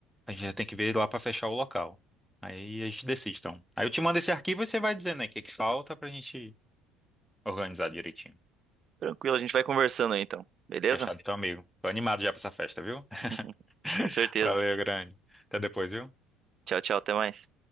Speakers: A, in the centre; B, on the right (about 45°).
A: A gente já tem que ver lá para fechar o local. Aí a gente decide, então. Aí eu te mando esse arquivo e você vai dizendo aí o que que falta pra gente organizar direitinho.
B: Tranquilo, a gente vai conversando aí então. Beleza?
A: Fechado, então, amigo. Tô animado já pra essa festa, viu? <laughs>
B: <laughs> Com certeza.
A: Valeu, grande. Até depois, viu?
B: Tchau, tchau, até mais.